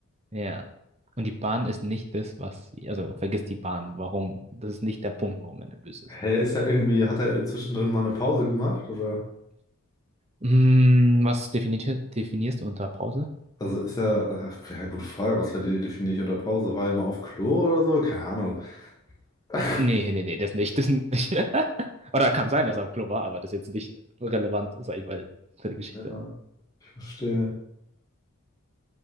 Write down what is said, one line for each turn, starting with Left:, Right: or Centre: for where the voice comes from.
Right: Ja. Und die Bahn ist nicht das, was sie, also vergiss die Bahn, warum. Das ist nicht der Punkt, warum er nervös ist.
Left: Hä, ist er irgendwie, hat er zwischendrin mal eine Pause gemacht, oder?
Right: Hm, was definiert, definierst du unter Pause?
Left: Also ist ja, äh, ja, gute Frage, was verdi- definiere ich unter Pause? War ja mal auf Klo oder so? Keine Ahnung. <laughs>
Right: Nee, nee, nee, das nicht, das nicht. <laughs> Oder kann sein, dass er auf Klo war, aber das ist jetzt nicht relevant, sag ich mal, für die Geschichte.
Left: Ja, ich verstehe.